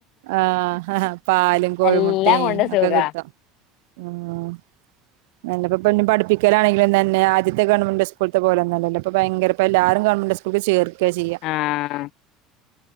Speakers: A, on the right (about 80°); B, on the left (about 65°).
A: ആഹ് പാലും കോഴിമുട്ടീം
B: എല്ലാം കൊണ്ട് സുഖാ
A: ഒക്കെ കിട്ടും. ആഹ് അല്ല ഇപ്പപ്പഞ്ഞി പഠിപ്പിക്കലാണങ്കിലും തന്നെ ആദ്യത്തെ ഗവൺമെന്റ് സ്കൂള്ത്തെ പോലെന്നും അല്ലല്ലോ ഇപ്പൊ ഭയങ്കര ഇപ്പെല്ലാരും ഗവൺമെന്റ് സ്കൂ ളിൽ ചേർക്കാ ചെയ്യ
B: ആഹ്